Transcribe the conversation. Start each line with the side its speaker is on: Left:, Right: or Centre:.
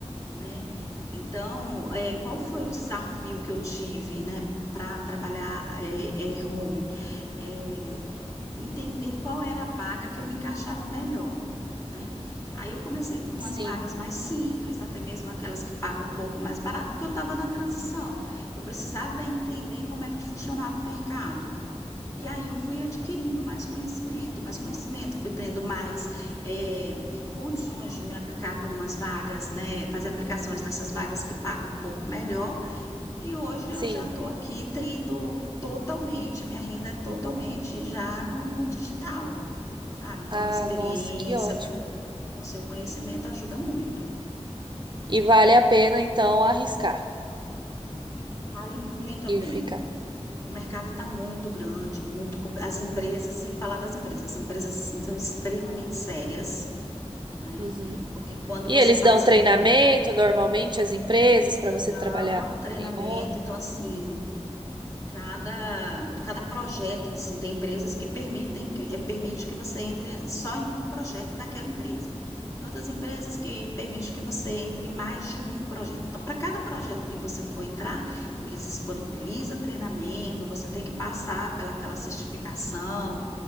Left: né? Então, eh, qual foi o desafio que eu tive, né, para trabalhar eh, eh, home? Eh, entender qual era a vaga que eu me encaixava melhor, né? Aí eu comecei por umas
Right: sim,
Left: vagas mais simples, até mesmo aquelas que pagam um pouco mais barato, porque eu estava na transição. Eu precisava entender como é que funcionava o mercado. E aí eu fui adquirindo mais conhecimento, mais conhecimento, fui tendo mais eh, condições de me aplicar por umas vagas, né? Fazer aplicações nessas vagas que pagam um pouco melhor. E hoje eu
Right: sim.
Left: já estou aqui tendo totalmente, minha renda é totalmente já no, no digital, sabe? Então
Right: Ah,
Left: a experiência
Right: nossa, que ótimo.
Left: com seu conhecimento ajuda muito,
Right: E vale a pena, então, arriscar
Left: vale muito a pena.
Right: e ficar.
Left: O mercado está muito grande, muito. co- As empresas, sem falar das empresas, as empresas assim, são extremamente sérias né?
Right: Uhum.
Left: Porque quando
Right: E
Left: você
Right: eles
Left: fala
Right: dão
Left: assim,
Right: treinamento
Left: "Ah,
Right: normalmente às empresas para você
Left: então,
Right: trabalhar
Left: treinamento,
Right: em home?
Left: então assim, cada cada projeto, assim, tem empresas que permitem que eh, permite que você entre só em um projeto daquela empresa. Tem outras empresas que permitem que você entre em mais de um projeto. Então, para cada projeto que você for entrar, eles disponibilizam treinamento, você tem que passar pelaquela certificação,